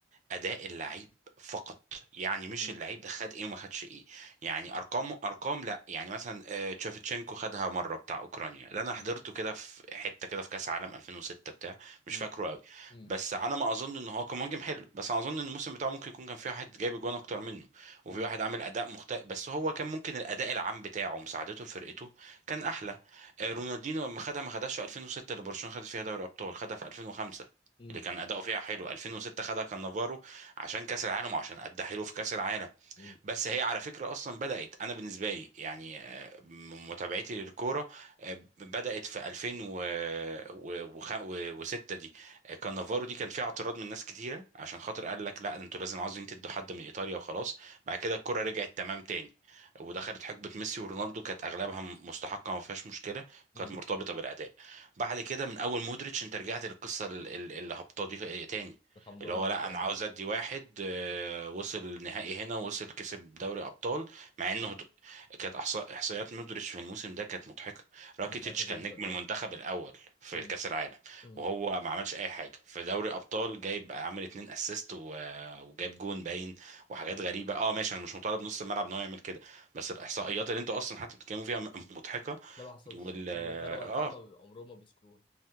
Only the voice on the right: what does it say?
اداء اللعيب فقط يعني مش
اللعيب ده خد ايه وما خدش ايه يعني ارقام ارقام لا يعني مثلا آه، تشافيتشينكو خدها مره بتاع اوكرانيا ده انا حضرته
كده في حته كده في كاس عالم 2006 بتاع مش
فاكره قوي
بس على ما اظن ان هو كان مهاجم حلو بس انا اظن ان الموسم بتاعه ممكن يكون كان في واحد جايب جوان اكتر منه وفي
واحد عامل اداء مختلف بس هو كان ممكن الاداء العام بتاعه مساعدته لفرقته كان احلى آه، رونالدينو لما خدها ما خدهاش في 2006 اللي برشلونه خدت فيها دوري ابطال خدها في 2005
اللي كان اداؤه فيها حلو 2006 خدها كان نافارو عشان كاس العالم وعشان ادى حلو في كاس العالم
بس هي على فكره اصلا بدات انا بالنسبه لي يعني آه، من متابعتي للكوره آه، بدات في 2006 دي آه، كان نافارو دي كان فيها اعتراض من ناس كتيره عشان خاطر قال لك لا انتوا لازم عاوزين تدوا حد من ايطاليا وخلاص بعد كده الكوره رجعت تمام تاني ودخلت حقبه ميسي ورونالدو كانت اغلبها م- مستحقه ما فيهاش مشكله
كانت مرتبطه بالاداء بعد كده من اول مودريتش انت رجعت للقصه ال- ال- الهبطه دي آه، تاني
اللي هو لا
انا عاوز
ادي واحد آه، وصل نهائي هنا ووصل كسب دوري ابطال مع انه د- كانت إحصا- احصائيات مودريتش في الموسم ده كانت مضحكه راكيتيتش
كان
نجم المنتخب
الاول في
كاس العالم
وهو ما عملش اي حاجه في دوري ابطال جايب عامل اتنين اسيست وجايب جون باين وحاجات غريبه اه ماشي انا مش مطالب نص الملعب ان هو يعمل كده بس الاحصائيات اللي انتوا اصلا حتى بتتكلموا فيها م- مضحكه
وال
اه